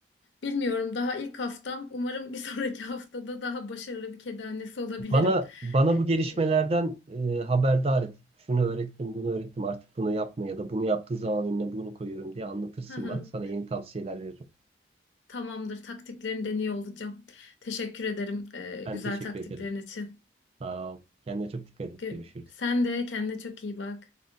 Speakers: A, on the left; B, on the right.
A: bilmiyorum daha ilk haftam. Umarım bir <laughs> sonraki haftada daha başarılı bir kedi annesi olabilirim.
B: Bana bana
A: E, e,
B: bu gelişmelerden
A: e,
B: e, haberdar et. Şunu öğrettim, bunu öğrettim. Artık bunu yapma ya da bunu yaptığı zaman önüne bunu koyuyorum diye anlatırsın
A: Hı hı.
B: bana. Sana yeni tavsiyeler veririm.
A: Tamamdır. Taktiklerini deniyor olacağım. Teşekkür ederim e,
B: Ben
A: güzel
B: teşekkür
A: taktiklerin
B: ederim.
A: için.
B: Sağ ol. Kendine çok dikkat et.
A: Gö-
B: Görüşürüz.
A: Sen de kendine çok iyi bak.